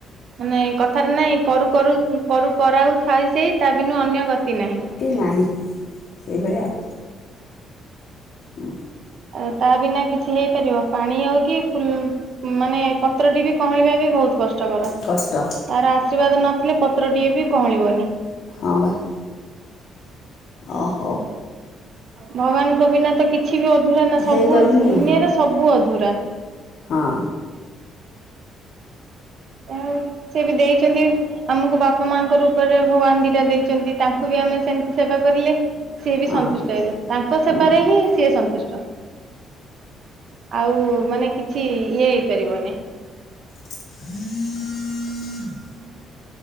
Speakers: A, on the right; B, on the left.
A: ମାନେ କଥାରେ ନାଇଁ କରୁ କରୁ କରୁ କରାଉ ଥାଏ ସେଇ ତା ବିନୁ ଅନ୍ୟ ଗତି ନାହିଁ।
B: ତି ନାହି ସେଇ ଭଳିଆ ଆଉ। ହୁଁ।
A: ଆଉ ତା ବିନା କିଛି ହେଇପାରିବ? ପାଣି ଆଉ କି ଫୁଲ୍ ମାନେ ପତ୍ରଟେ ବି କଅଁଳିବା ବି ବହୁତ୍ କଷ୍ଟକର।
B: କଷ୍ଟ
A: ତାର ଆଶ୍ରୀବାଦ ନଥିଲେ ପତ୍ରଟିଏ ବି କଅଁଳିବନି।
B: ହଁ ବା। ଅ ହଉ।
A: ଭଗ୍ ବାନଙ୍କ ବିନା ତ କିଛି ବି ଅଧୁରା ନା ସବୁ
B: ହେଇପାରୁନି
A: ଦୁନିଆରେ
B: ହଁ
A: ସବୁ ଅଧୁରା।
B: ହଁ।
A: ଏହା ହଉ। ସେ ବି ଦେଇଛନ୍ତି ଆମକୁ ବାପା ମାଆଙ୍କ ରୂପ୍ ପରେ ଭଗବାନ ଦିଟା ଦେଇଚନ୍ତି। ତାଙ୍କୁ ବି ଆମେ ସେମ୍ ତି ସେବା କରିଲେ ସିଏ ବି
B: ହଁ।
A: ସନ୍ତୁଷ୍ଟ ହେବେ। ତାଙ୍କ ସେବାରେ
B: ହଁ
A: ହିଁ ସିଏ ସନ୍ତୁଷ୍ଟ। ଆଉ ମାନେ କିଛି ଇଏ ହେଇ ପାରିବନି।
B: <unintelligible>